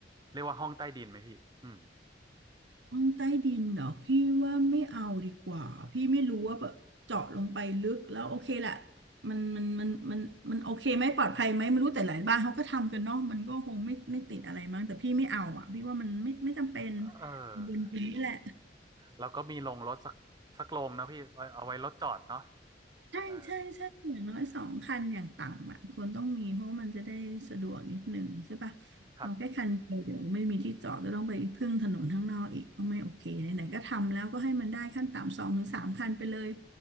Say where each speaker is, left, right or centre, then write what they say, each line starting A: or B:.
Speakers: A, on the right (about 25°); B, on the right (about 85°).
A: เรียกว่าห้องใต้ดินไหมพี่อืม
B: ห้องใต้ดินเหรอพี่ว่าไม่เอาดีกว่าพี่ไม่รู้ว่าแบบเจาะลงไปลึกแล้วโอเคแหละมันมันมันมันมันโอเคไหมปลอดภัยไหมไม่รู้แต่หลายบ้านเขาก็ทำกันเนาะมันก็คงไม่ไม่ติดอะไรมั้งแต่พี่ไม่เอาอะพี่ว่ามันไม่ไม่จำเป็น
A: เออ
B: ดินดินนี่แหละ
A: แล้วก็มีโรงรถสักสักโรงนะพี่ไว้เอาไว้รถจอดเนาะ
B: ใช่ใช่ใช่อย่างน้อยสองคันอย่างต่ำอ่ะคนต้องมีเพราะมันจะได้สะดวกนิดหนึ่งใช่ปะเอาแค่คันเดียวเดี๋ยวไม่มีที่จอดก็ต้องไปพึ่งถนนข้างนอกอีกก็ไม่โอเคไหนๆก็ทำแล้วก็ให้มันได้ขั้นต่ำสองถึงสามคันไปเลย
A: เอาครับ